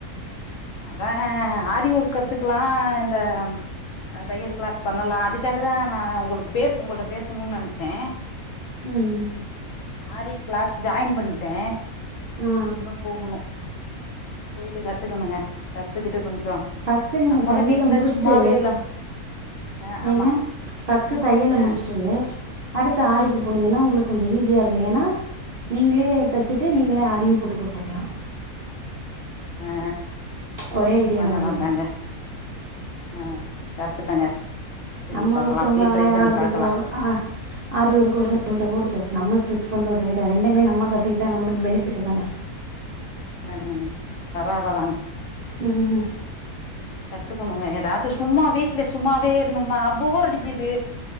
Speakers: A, on the left; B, on the right.
A: அதா ஆரி வொர்க் கத்துக்கெல்லா இந்த அ தையல் கிளாஸ் பண்ணலா அதுக்காண்டுதா நா உங்களுக் பேஸ் உங்கள்ட பேசணுன் நனைப்பே
B: ம்
A: ஆரி கிளாஸ் ஜாயின் பண்ட்டே
B: ஆ
A: இனிமே போகணு போயிட்டு கத்துக்கணுங்க கத்துக்கிட்டு கொஞ்சோ
B: பஃஸ்ட்டு நீங்க
A: நம்மளு
B: தையல்ல
A: வீட்ல
B: முடுஸ்ட்டு
A: சும்மாவே இல்ல ஆ
B: ஏங்க
A: ஆமா
B: பஸ்ட்டு தையல
A: ஆ
B: முடுஸ்ட்டு அடுத்த ஆரிக்கு போனீங்கன்னா
A: ம்
B: உங்களுக் கொஞ்ச ஈஸியா இருக்கு ஏன்னா நீங்களே தெச்சிட்டு நீங்களே ஆரியு போட்டு குடுத்துக்கலா
A: ஆ
B: ஒரே ஐடியாவா
A: பண்ணலா
B: போயிடு
A: தாங்க ஆ கர்ட்டு தாங்க செஞ்சு
B: நம்ம
A: பாக்கலா
B: ஒருத்தவ்ங்க
A: அப்டியே ட்ரை
B: ஆ ஆ
A: பண்ணி
B: ன்டுருப்போ
A: பாக்கலா
B: அவ ஆரிவொர்க் ஒருத்தங்கள்ட்ட குடுத்து நம்ம ஸ்டிச் பண்றத விட ரெண்டுமே நம்ம கத்துக்கிட்டா நம்மளுக்கு பெனிபிட் தானே
A: ஆமா மேம் பரவாலதானே
B: ம் ம் ம்
A: கத்துக்கணுங்க எதாச்சு சும்மா வீட்ல சும்மாவே இருந்தோம்னா போர் அடிக்குது